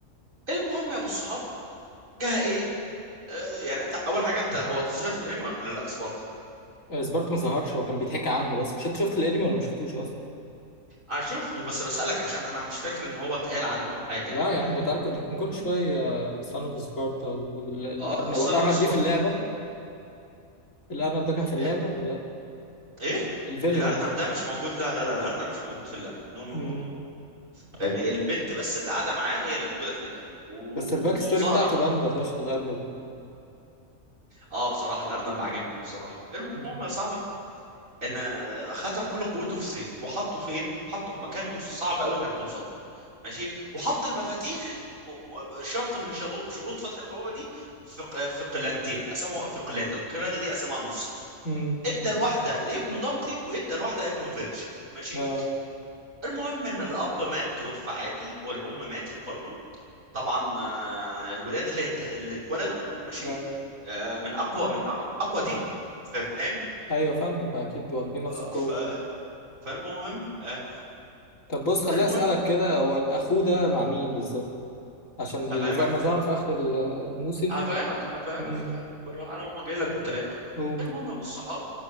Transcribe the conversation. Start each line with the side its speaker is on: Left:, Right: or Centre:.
Right: المهم يا ابو الصحاب جه ايه آه يعني انت اول حاجه انت هو تظهر في الانمي ولا لا سبارتا
Left: آه، سبارتا ما ظهرش هو كان بيتحكي عنه بس مش انت شفت الانمي ولا ما شفتوش اصلا
Right: انا شفته بس بسألك عشان انا مش فاكر ان هو اتقال عنه حاجة
Left: لا
Right: يعني بالانمي
Left: يا عم ده تعال ده كان كل شويه سان اوف سبارتا والارنب
Right: اه صنع
Left: والارنب
Right: صبح
Left: دي في اللعبه الارنب ده كان في اللعبه
Right: ايه
Left: ولا لا
Right: ايه
Left: ال- الفيلن
Right: الارنب
Left: الفيلن
Right: ده مش موجود لا لا لا الارنب مش موجود في اللعبة نو نو
Left: امم
Right: نو نو نو فاهمني البنت بس اللي قاعدة معاه هي اللي موجودة في اللعبة وزهرة
Left: بس الباك ستوري بتاعته جامده فشخ الارنب ده
Right: اه بصراحة الارنب عاجبني بصراحة المهم
Left: امم
Right: يا صاحبي ان ختم كل قوته في سيف وحطه فين حطه في مكان مش صعب قوي انك توصل ماشي وحط المفاتيح و- و- شرط من شرو- شروط فتح البوابه دي في ق- في قلادتين قسموا في قلاده القلاده دي قسمها نصين
Left: أمم.
Right: ادى الواحده لابنه دانتي وادى الواحده لابنه فيرجي ماشي
Left: اه
Right: المهم ان الاب مات توفى عادي والام ماتت برضو طبعا آه، الولاد اللي ات- اللي اتولدوا ماشي
Left: اه
Right: آه، من اقوى من أق- اقوى ديمن فاهم
Left: ايوه فاهمك اكيد واخدين نفس
Right: آه،
Left: القوه
Right: ف فالمهم آه،
Left: طب بص خليني
Right: المهم
Left: اسالك كده هو اخوه ده مع مين بالظبط عشان
Right: هفهمك
Left: اللي زي ما ظهر في آخر ال- الموسم
Right: هفهمك هفهمك
Left: امم
Right: هفهمك بالراحه انا جاي لك بالكلام
Left: قول
Right: المهم يا ابو الصحاب